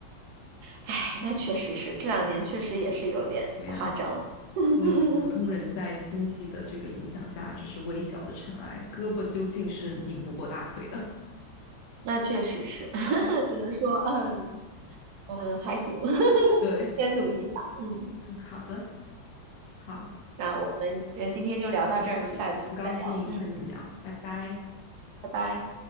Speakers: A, on the right (about 65°); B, on the left (about 60°).
A: 哎，那确实是这两年确实也是有点夸张了，
B: 对呀，
A: <laughs>
B: 所以普通人在经济的这个影响下只是微小的尘埃，胳膊究竟是拧不过大腿的。
A: 那确实是，<laughs> 只能说，嗯嗯，还行，<laughs>
B: <laughs> 对。
A: 先努力吧，嗯，
B: 嗯，好的，好，
A: 那我们呃今天就聊到这儿，
B: 到这里，
A: 下一次再聊，
B: 很高兴跟你聊，
A: 嗯，
B: 拜拜。
A: 拜拜。